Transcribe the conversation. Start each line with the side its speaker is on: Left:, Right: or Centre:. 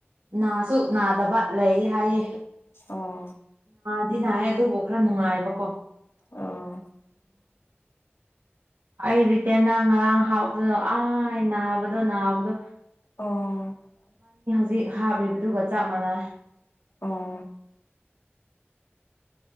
Right: ꯅꯥꯁꯨ ꯅꯥꯗꯕ ꯂꯩ ꯍꯥꯏꯌꯦ
Left: ꯑꯣ
Right: ꯑꯗꯨꯅ ꯍꯥꯏ ꯑꯗꯨꯕꯨ ꯈꯔ ꯅꯨꯡꯉꯥꯏꯕꯀꯣ
Left: ꯑꯣ
Right: ꯑꯩ ꯔꯤꯇꯦꯟꯅ ꯉꯔꯥꯡ ꯍꯥꯎꯄꯗꯣ ꯑ ꯅꯥꯕꯗꯣ ꯅꯥꯕꯗꯣ
Left: ꯑꯣ
Right: ꯖꯤꯛ ꯍꯥꯞꯂꯤꯗꯨꯒ ꯆꯞ ꯃꯥꯟꯅꯩ
Left: ꯑꯣ